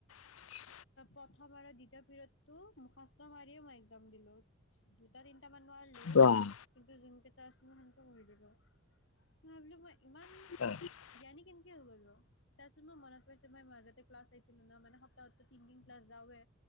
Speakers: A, on the left (about 85°); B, on the left (about 60°).
A: <inaudible>
B: প্ৰথম আৰু দ্বিতীয় পিৰিয়ডটো মুখষ্ট মাৰিয়ে মই একজাম দিলো। দুটা তিনটামান নোৱাৰিলোঁ।
A: বাহ,
B: কিন্তু যোনকেইটা আছিল। মই সেনকে কৰি দিলোঁ। মই ভাবলোঁ মই ইমান
A: <unintelligible>
B: জ্ঞানী কেনকে হৈ গ'লনো তাৰপিছত মই মনত পৰিছে। মই মাজতে ক্লাছ আহিছিলোঁ ন মানে সক তাৰপিছত তিনদিন ক্লাছ যাওঁয়ে